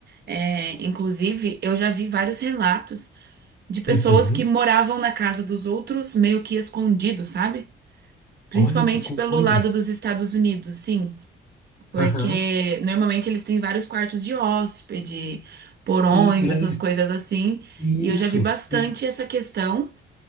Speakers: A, on the right (about 55°); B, on the left (about 40°).
A: é, inclusive, eu já vi vários relatos de pessoas
B: Uhum.
A: que moravam na casa dos outros meio que escondidos, sabe? Principalmente
B: Olha que coisa.
A: pelo lado dos Estados Unidos, sim, porque
B: Aham.
A: normalmente eles têm vários quartos de hóspede, porões,
B: Sim, e lá
A: essas
B: eles.
A: coisas assim,
B: Isso.
A: e eu já vi bastante
B: E-
A: essa questão.